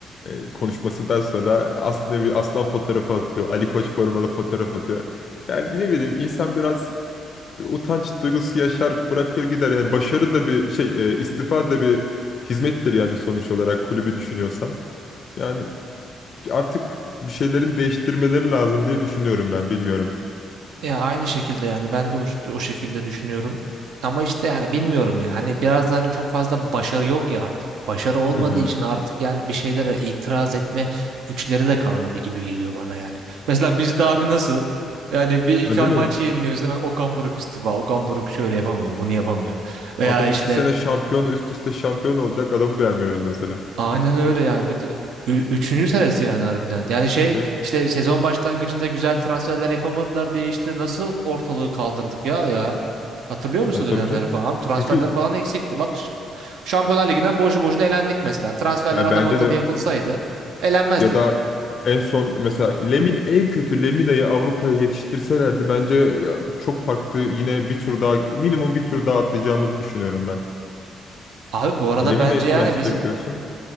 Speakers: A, on the left (about 50°); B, on the right (about 75°).
A: e, konuşmasından sonra aslında bir aslan fotoğrafı atıyor. Ali Koç formalı fotoğraf atıyor. Yani ne bileyim insan biraz bir utanç duygusu yaşar bırakır gider. Yani başarı da bir şey e, istifa da bir hizmettir yani sonuç olarak kulübü düşünüyorsan. Yani artık bir şeylerin değiştirmeleri lazım diye düşünüyorum ben bilmiyorum.
B: Ya aynı şekilde yani ben de o, o şekilde düşünüyorum. Ama işte yani bilmiyorum ya hani biraz da hani çok fazla başarı yok ya artık. Başarı olmadığı
A: Hı hı.
B: için artık yani bir şeylere itiraz etme güçleri de kalmadı gibi geliyor bana yani. Mesela bizde abi nasıl? Yani bir
A: Ha,
B: iki maç
A: değil mi?
B: yeniliyoruz hemen Okan Buruk istifa. Okan Buruk şöyle yapamıyor, bunu yapamıyor. Veya
A: Adam
B: işte
A: iki sene şampiyon üst üste şampiyon olacak adamı beğenmiyoruz mesela.
B: Aynen öyle yani. Bir de, ü- üçüncü senesi yani harbiden. Yani şey
A: Değil mi?
B: işte sezon başlangıcında güzel transferler yapamadılar diye işte nasıl ortalığı kaldırdık ya ya. Hatırlıyor musun
A: Ya
B: o
A: tabii
B: dönemleri
A: canım.
B: falan? Abi transferler
A: Çünkü
B: falan eksikti. Bak ş- Şampiyonlar Ligi'nden boşu boşuna elendik mesela. Transferler
A: ya
B: adam
A: bence
B: akıllı
A: de
B: yapılsaydı elenmezdik.
A: ya da en son mesela Lemin en kötü Lemina'yı Avrupa'ya yetiştirselerdi bence ya, çok farklı yine bir tur daha minimum bir tur daha atlayacağımızı düşünüyorum ben.
B: Abi bu arada
A: Ya Lemina'yı
B: bence yani
A: transfer
B: biz
A: ediyorsun.